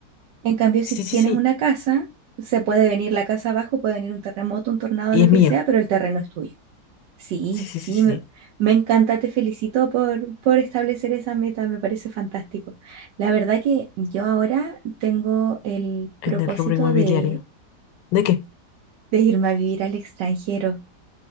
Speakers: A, on the right; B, on the left.
A: En cambio,
B: Sí,
A: si tienes
B: sí, sí.
A: una casa, se puede venir la casa abajo, puede venir un terremoto, un tornado,
B: Y
A: lo
B: es
A: que
B: mío.
A: sea, pero el terreno es tuyo. Sí,
B: Sí,
A: sí,
B: sí, sí, sí.
A: me, me encanta, te felicito por, por establecer esa meta, me parece fantástico. La verdad que yo ahora tengo el
B: En
A: propósito
B: el rubro inmobiliario.
A: de,
B: ¿De qué?
A: de irme a vivir al extranjero.